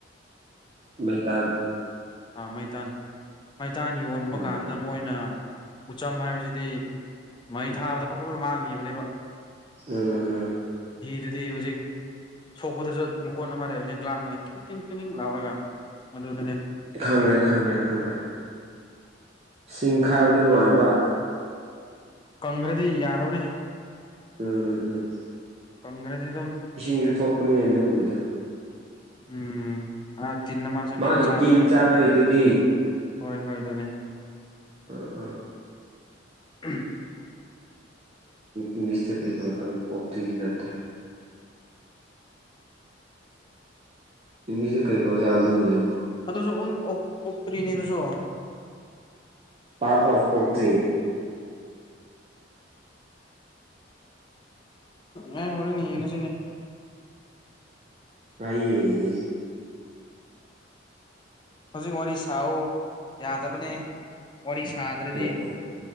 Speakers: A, on the right; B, on the left.
A: ꯃꯩꯇꯥꯟ
B: ꯑꯥ ꯃꯩꯇꯥꯟ ꯃꯩꯇꯥꯟ ꯌꯣꯟꯕ
A: ꯎꯝ
B: ꯀꯥꯟꯗ ꯃꯣꯏꯅ ꯎꯆꯝ ꯍꯥꯏꯕꯁꯤꯗꯤ ꯃꯩ ꯊꯥꯕꯗ ꯄꯞꯄ ꯑꯃ ꯃꯥꯡꯈꯤꯕꯅꯦꯕ
A: ꯎꯝ ꯎꯝ ꯎꯝ
B: ꯑꯗꯨꯗꯤ ꯍꯧꯖꯤꯛ ꯁꯣꯛꯄꯗꯨꯁꯨ ꯃꯈꯣꯟ ꯑꯃ ꯂꯩꯕꯅꯤꯅ ꯒ꯭ꯂꯥꯁ ꯀꯡ ꯀ ꯀꯡ ꯂꯥꯎꯔꯒ ꯃꯗꯨ
A: ꯈꯪꯈ꯭ꯔꯦ ꯈꯪꯈ꯭ꯔꯦ ꯈꯪꯈ꯭ꯔꯦ ꯁꯤꯡ ꯈꯥꯏꯕꯗꯤ ꯅꯨꯡꯉꯥꯏꯕ
B: ꯀꯪꯈ꯭ꯔꯗꯤ ꯌꯥꯗꯕꯅꯦ
A: ꯎꯝ ꯎꯝ ꯎꯝ
B: ꯀꯪꯒ꯭ꯔꯁ
A: ꯏꯁꯤꯡꯁꯨ ꯊꯣꯛꯄꯅꯤꯅꯦ ꯑꯗꯨ ꯎꯕꯗꯣ
B: ꯎꯝ ꯑ ꯇꯤꯟꯅ ꯃꯥꯁꯦ
A: ꯃꯥꯒꯤ
B: ꯃꯤꯅ ꯆꯥꯕ
A: ꯇꯤꯟ
B: ꯇꯤꯟꯁꯨ
A: ꯆꯥꯅꯔꯤꯗꯨꯗꯤ
B: ꯂꯩ ꯍꯣꯏ ꯍꯣꯏ ꯑꯗꯨꯅꯦ
A: ꯎꯝ ꯎꯝ ꯎꯝ
B: ꯎ
A: ꯏꯪꯂꯤꯁ ꯊ ꯀ ꯑꯣꯛꯇ꯭ꯔꯤꯗꯤ ꯅꯠꯇ꯭ꯔꯦ ꯏꯪꯂꯤꯁꯇ ꯀꯔꯤ ꯀꯧ ꯖꯥꯠꯅꯣ ꯑꯗꯨ ꯎꯗꯨꯕꯨ
B: ꯑꯗꯨꯁꯨ ꯎ ꯑꯣꯛꯇ꯭ꯔꯤꯅꯤ ꯑꯗꯨꯁꯨ
A: ꯄꯥꯔꯠ ꯑꯣꯐ ꯑꯣꯛꯇ꯭ꯔꯤ
B: <inaudible> ꯑꯦ ꯍꯔꯦꯟꯅꯤ ꯌꯦꯡꯉꯁꯤꯅꯦ
A: ꯑꯏ ꯌꯦꯉꯅꯤꯅꯤ
B: ꯍꯧꯖꯤꯛ ꯋꯥꯔꯤ ꯁꯥꯑꯣ ꯌꯥꯗꯕꯅꯦ ꯋꯥꯔꯤ ꯁꯥꯗ꯭ꯔꯗꯤ
A: ꯑ ꯑ